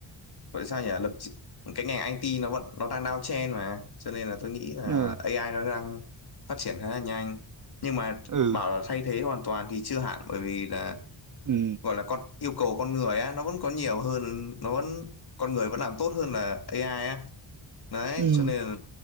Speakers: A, on the left (about 50°); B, on the right (about 40°).
A: vậy sao nhỉ lập chị- cái ngành IT nó vẫn nó đang downtrend mà cho nên là tôi nghĩ là
B: ừ
A: AI nó đang phát triển khá là nhanh nhưng mà
B: ừ
A: bảo là thay thế hoàn toàn thì chưa hẳn bởi vì là
B: ừ
A: gọi là con yêu cầu con người á nó vẫn có nhiều hơn nó vẫn con người vẫn làm tốt hơn là AI á đấy
B: ừ
A: cho nên là,